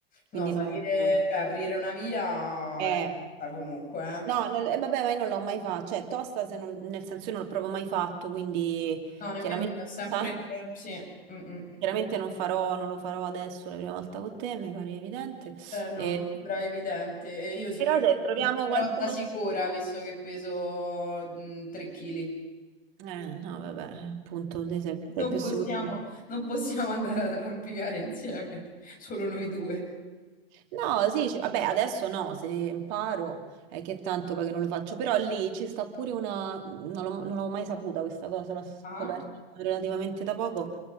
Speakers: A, on the right (about 45°); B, on the left (about 25°).
A: Quindi
B: No, salire,
A: no, no.
B: cioè aprire una via
A: Eh,
B: è stata comunque, eh.
A: no, non- eh, vabbè, ma io non l'ho mai fatto. Cioè, tosta, se non- nel senso io non l'ho proprio mai fatto, quindi
B: No, nemmeno
A: chiaramente,
B: io, ho sempre...
A: <laughs>
B: Sì, mm, mm.
A: chiaramente non farò, non lo farò adesso la prima volta con te, mi pare evidente.
B: Eh, no,
A: Eh,
B: mi sembra evidente. E io sicuramente
A: però se troviamo
B: però
A: qualcuno...
B: da sicura,
A: su
B: visto che peso 3 kg.
A: Eh, no, vabbè, appunto, te sei, sei
B: Non
A: più
B: possiamo,
A: sicuro. di me.
B: non possiamo andare ad arrampicare insieme, solo noi due.
A: No, sì, ci- vabbè, adesso no, se imparo è che tanto perché non lo faccio, però lì ci sta pure una, non l'ho non l'avevo mai saputa questa cosa, l'ho scoperta
B: Ah?
A: relativamente da poco,